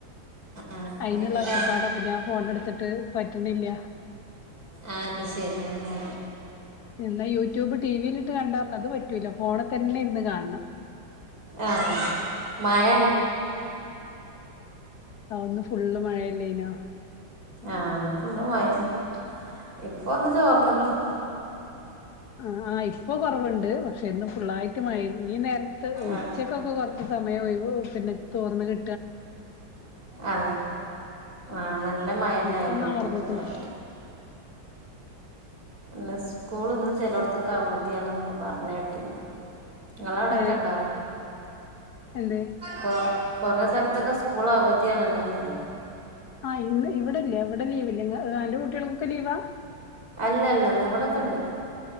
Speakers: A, on the right; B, on the left.
A: ആഹ്
B: അയിനുള്ള
A: അയിന് ക
B: ഓച്ചപ്പാടപ്പ ഞാൻ ഫോൺ എടുത്തിട്ട് പറ്റണില്ല
A: അത് ശരി അങ്ങനെ
B: ഇന്ന യൂട്യൂബ് ടിവിയിലിട്ട് കണ്ടാർന്നു അത് പറ്റൂല ഫോണിൽ തന്നെ ഇരുന്നുകാണണം
A: ആ ആ മഴ
B: ഓ ഇന്ന് ഫുള്ള് മഴ അല്ലെനോ
A: ആഹ് ഫുള്ളും മഴന്നെ ഇ പ്പൊന്ന് ചോർന്ന്ക്ക്‌ണ്
B: ആ ആ ഇപ്പോ കൊറവുണ്ട് പക്ഷെ ഇന്ന് ഫുള്ളായിട്ടു മഴേനു ഈ നേരത്ത് ഉച്ചക്കൊക്കെ
A: ആഹ്
B: കൊറച്ച് സമയം ഒഴിവാ ഓ പിന്നെ തോർന്ന് കി
A: ആ ആ നല്ല മഴന്നായിരുന്നു
B: ഇപ്പൊന്ന് അമർന്ന്ക്ക്ണു
A: ഇന്ന് ഫുള്ള് ഇന്ന് സ്കൂൾ ഇന്ന് ചെലടത്തൊക്കെ അവധിയാണെന്നൊക്കെ പറഞ്ഞുകേട്ടിന് ങ്ങളവിടെക്കെണ്ടോ
B: ഏ എന്തെ
A: കൊ കൊറേ സ്ഥലത്തൊക്കെ സ്കൂൾ അവധിയാണല്ലോ ഇന്ന്
B: ആ ഇന്ന് ഇവിടെ ഇല്ലേ ഇവിടെ ലീവില്ല അന്റെ കുട്ടികൾക്ക് ഒക്കെ ലീവാ
A: അല്ല അല്ല ഇന്ന് ഇവിടൊക്കെയുണ്ട്